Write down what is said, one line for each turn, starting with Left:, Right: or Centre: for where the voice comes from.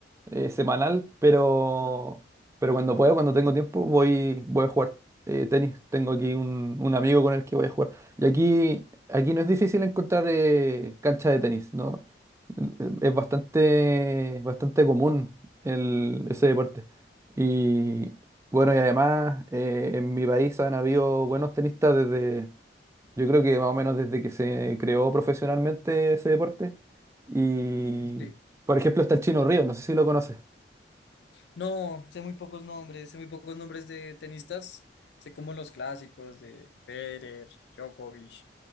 Right: eh, semanal, pero, pero cuando puedo, cuando tengo tiempo, voy, voy a jugar eh, tenis. Tengo aquí un, un amigo con el que voy a jugar. Y aquí, aquí no es difícil encontrar eh, cancha de tenis, ¿no? Es bastante, bastante común. el, ese deporte. Y bueno, y además eh, en mi país han habido buenos tenistas desde, yo creo que más o menos desde que se creó profesionalmente ese deporte. Y
Left: sí.
Right: por ejemplo está el Chino Ríos, no sé si lo conoces.
Left: No, sé muy pocos nombres, sé muy pocos nombres de tenistas. Sé como los clásicos de Federer, Djokovic.